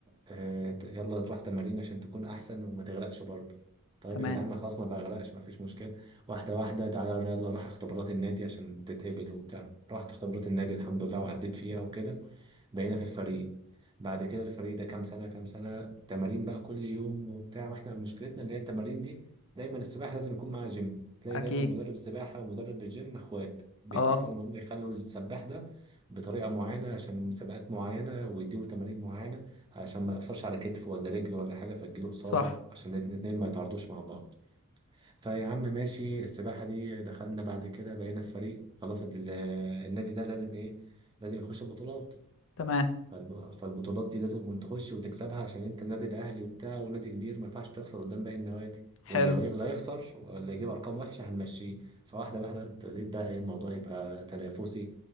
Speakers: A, on the right (about 20°); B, on the left (about 60°).
A: آه، ت- يلا تروح تمارين عشان تكون أحسن وما تغرقش برضه طيب
B: تمام
A: يا جدعان ما خلاص ما بغرقش ما فيش مشكلة واحدة واحدة تعالى يلا روح اختبارات النادي عشان تتقبل وبتاع رحت اختبارات النادي الحمد لله وعديت فيها وكده بقينا في الفريق بعد كده الفريق ده كام سنة كام سنة تمارين بقى كل يوم وبتاع واحنا مشكلتنا اللي هي التمارين دي دايما السباحة لازم يكون معاها جيم تلاقي
B: اكيد
A: دايما مدرب سباحة ومدرب الجيم اخوات بيتفقوا
B: اه
A: ان هم يخلوا السباح ده بطريقة معينة عشان مسابقات معينة ويديله تمارين معينة عشان ما يقفرش على كتفه ولا رجله ولا حاجة فتجيله إصابة
B: صح
A: عشان الاتنين الاتنين ما يتعرضوش مع بعض فيا عم ماشي السباحة دي دخلنا بعد كده بقينا في فريق خلاص ال- النادي ده لازم ايه لازم يخش بطولات
B: تمام
A: فالب- فالبطولات دي لازم انت تخش وتكسبها عشان انت النادي الاهلي وبتاع ونادي كبير ما ينفعش تخسر قدام باقي النوادي واللي
B: حلو
A: هي- اللي هيخسر واللي يجيب ارقام وحشه هنمشيه فواحده واحده ابتديت بقى ايه الموضوع يبقى تنافسي